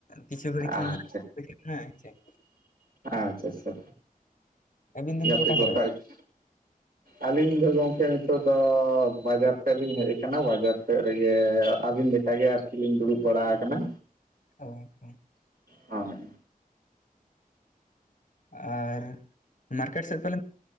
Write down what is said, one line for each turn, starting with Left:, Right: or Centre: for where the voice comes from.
Left: ᱠᱤᱪᱷᱩ ᱜᱟᱹᱲᱤᱡ ᱠᱷᱟᱱ
Right: ᱟᱪᱪᱷᱟ
Left: ᱫᱚ᱾ <unintelligible>
Right: ᱟᱪᱪᱷᱟ ᱟᱪᱪᱷᱟ
Left: ᱟᱹᱵᱤᱱ ᱫᱚ
Right: ᱜᱟᱛᱤ
Left: ᱱᱤᱛᱚᱜ ᱚᱠᱟ
Right: ᱠᱚ
Left: ᱥᱮᱫ ᱨᱮ
Right: ᱥᱟᱣ
Left: ᱢᱮᱱᱟᱜ
Right: ᱜᱤ᱾ ᱟᱹᱞᱤᱧ ᱫᱚ ᱜᱚᱢᱠᱮ ᱱᱤᱛᱚᱜ ᱫᱚ ᱵᱟᱡᱟᱨ ᱥᱮᱫ ᱞᱤᱧ ᱦᱮᱡ ᱟᱠᱟᱱᱟ ᱵᱟᱡᱟᱨ ᱥᱮᱫ ᱨᱮᱜᱮ ᱟᱹᱵᱤᱱ ᱵᱤᱱ᱾ ᱟᱜᱮ ᱟᱨᱠᱤᱧ ᱫᱩᱲᱩᱵ ᱵᱟᱲᱟ ᱟᱠᱟᱱᱟ᱾
Left: ᱚ ᱦᱚᱸ᱾
Right: ᱦᱚᱭ᱾
Left: ᱟᱨ ᱢᱟᱨᱠᱮᱴ ᱥᱮᱫ ᱯᱟᱞᱮᱱ